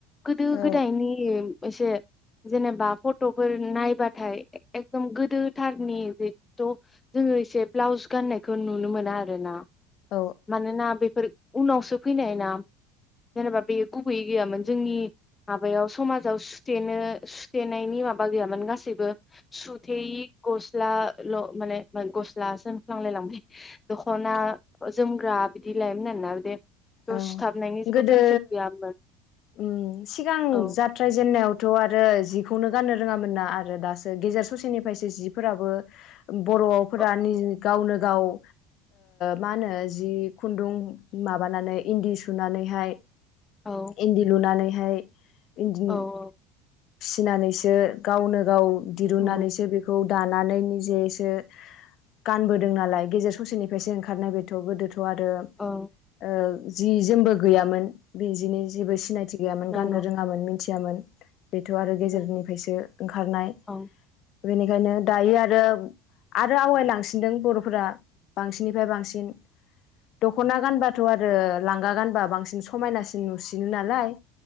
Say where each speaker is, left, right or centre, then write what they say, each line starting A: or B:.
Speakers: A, on the left; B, on the left.
A: गोदो
B: औ
A: गोदायनि एसे जेनेबा फट'फोर नायबाथाय एकदम गोदोथार । नि जिथ' जोङो एसे ब्लाउस गाननायखौ नुनो मोना आरो ना ।
B: औ
A: मानोना बेफोर उनावसो फैनाय ना जेनेबा बे गुबैयै गैयामोन जोंनि माबायाव समाजाव सुथेनो सुथेनायनि माबा गैयामोन गासैबो सुथेयि गस्लाल' माने गस्लासो होमफ्लांलाय लांबाय दखना जोमग्रा बिदि लायोमोन आरोना बे थ'
B: औ
A: सुथाबनायनि जेबो
B: गोदो
A: कनसेप्ट गैयामोन
B: उम सिगां
A: औ
B: जाथ्राय जेननायावथ' आरो जिखौनो गाननो रोङामोन ना आरो दासो गेजेर ससेनिफ्रायसो जिफोराबो बर'फोरा
A: औ
B: निजि गावनो गाव ओ माहोनो जि खुन्दुं मा बानानै इन्दि सुनानैहाय
A: औ
B: इन्दि लुनानानै हाय इन्दि
A: औ
B: फिसिनानैसो गावनो गाव दिरुननानैसो
A: औ
B: बेखौ दानानै निजेयैसो गानबोदों नालाय गेजेर ससेनिफ्रायसो ओंखारनाय बेथ' गोदो थ' आरो
A: औ
B: ओ जि जोमबो गैयामोन बिजिनो जेबो सिनायथि गैयामोन
A: नंगौ
B: गाननो रोङामोन मिथि यामोन । बेथ' आरो गेजेरनिफायसो
A: नंगौ
B: ओंखारनाय ।
A: औ
B: बेनिखायनो दायो आरो आरो आवगायलांसिनदों बर' फोरा बांसिननिफ्राय बांसिन दख'ना गानबा थ' आरो लांगा गानबा बांसिन समायनासिन नुसिनो नालाय